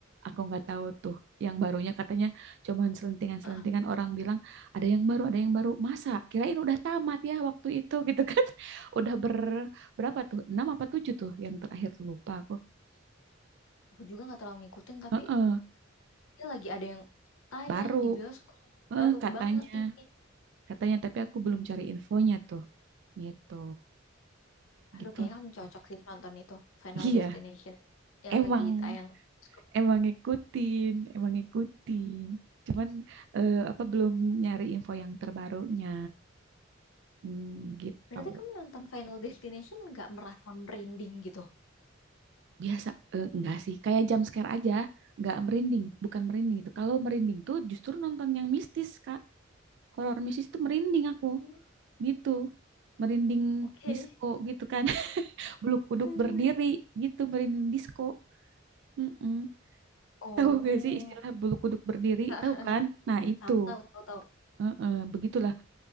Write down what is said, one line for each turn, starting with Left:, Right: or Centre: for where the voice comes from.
Right: aku nggak tahu tuh. Yang barunya katanya cuman selentingan-selentingan
Left: Hah,
Right: orang bilang ada yang baru, ada yang baru. Masa? Kirain udah tamat ya waktu itu gitu kan? <laughs> Udah ber berapa tuh? 6 apa 7 tuh yang terakhir lupa aku.
Left: aku juga nggak terlalu ngikutin, tapi
Right: Heeh
Left: dia lagi ada yang tayang
Right: baru
Left: di bioskop.
Right: Eh,
Left: Baru
Right: katanya,
Left: banget ini.
Right: katanya tapi aku belum cari infonya tuh, gitu,
Left: Aduh,
Right: gitu.
Left: kayaknya
Right: <laughs>
Left: kamu cocok sih nonton itu. Final
Right: Iya,
Left: Destination yang
Right: emang,
Left: lagi tayang di bioskop.
Right: emang ngikutin, emang ngikutin. Cuman eh, apa belum nyari info yang terbarunya, Hmm, gitu.
Left: Berarti kamu nonton Final Destination nggak merasa merinding gitu?
Right: Biasa, eh, enggak sih, kayak jump scare aja, nggak merinding, bukan merinding itu. Kalau merinding tuh justru nonton yang mistis, Kak. Horor mistis tuh merinding aku,
Left: Mm,
Right: gitu. Merinding
Left: Oke.
Right: disco gitu kan, <laughs> bulu kuduk
Left: <laughs>
Right: berdiri gitu merinding disco. Mm-mm.
Left: Oh,
Right: Tahu gak sih istilah bulu kuduk berdiri?
Left: <laughs>
Right: Tahu kan? Nah, itu.
Left: tahu tahu tahu tahu.
Right: Heeh, begitulah.